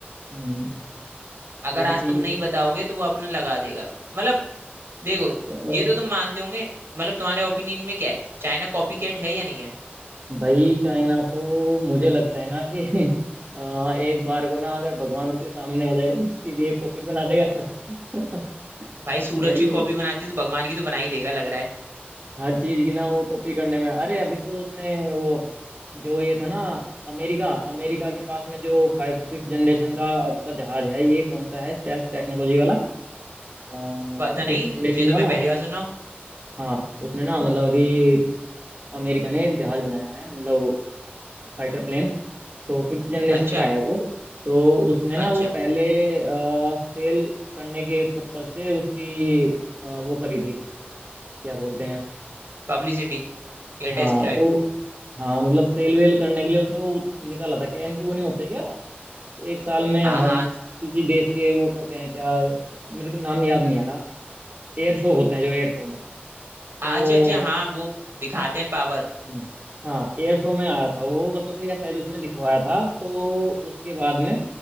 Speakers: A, on the right; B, on the right.
A: हम्म
B: अगर
A: ये भी
B: आज
A: सही
B: तुम
A: है
B: नहीं बताओगे तो वो अपना लगा देगा मतलब देखो
A: चलो
B: ये तो तुम मानते होंगे मतलब तुम्हारे ओपिनियन में क्या है चाइना कॉपीकैट है या नहीं है
A: भाई चाइना तो मुझे लगता है ना कि <laughs> अ, एक बार को ना अगर भगवान उसके सामने आ जाए उसकी भी एक कॉपी बना देगा <laughs>
B: भाई सूरज
A: वही
B: की कॉपी बनाती है तो भगवान की तो बना ही देगा लग रहा है
A: हर चीज की ना वो कॉपी करने में अरे अभी तो उसने वो जो ये था ना अमेरिका अमेरिका के पास में जो फाइव फिफ्थ जनरेशन का उसका जहाज है ये कौन सा है स्टेल्थ टेक्नोलॉजी वाला फिफ्थ
B: पता नहीं
A: जनरेशन
B: ये तो
A: वाला
B: मैं पहली बार सुना हूँ
A: हाँ उसने ना मतलब अभी अमेरिका ने एक जहाज बनाया है मतलब फाइटर प्लेन तो फिफ्थ जनरेशन
B: अच्छा
A: का है वो तो उसने ना
B: अच्छा
A: वो पहले सेल करने के पर्पज से उसकी अ, वो करी थी क्या बोलते हैं
B: पब्लिसिटी या
A: हाँ
B: टेस्ट ड्राइव
A: तो हाँ मतलब सेल वेल करने के लिए उसने वो निकाला था क्या इनके वो नहीं होते क्या एक साल में
B: हाँ हाँ
A: हर किसी देश के वो करते हैं क्या मेरे को नाम याद नहीं आ रहा एयर शो होता है जो एयर शो में तो
B: हाँ, अच्छा अच्छा हाँ वो दिखाते हैं पावर
A: हम्म, हाँ एयर शो में आया था वो मतलब या शायद उसने दिखवाया था तो उसके बाद में